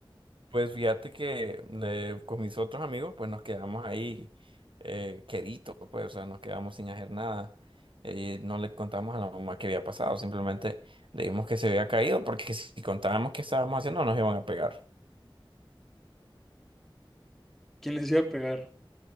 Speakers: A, on the right (about 65°); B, in the centre.
A: Pues fíjate que eh, con mis otros amigos, pues nos quedamos ahí eh, queditos, pues, o sea, nos quedamos sin hacer nada. Eh, no le contamos a la mamá que había pasado, simplemente le dimos que se había caído, porque si contábamos qué estábamos haciendo, nos iban a pegar.
B: ¿Quién les iba a pegar?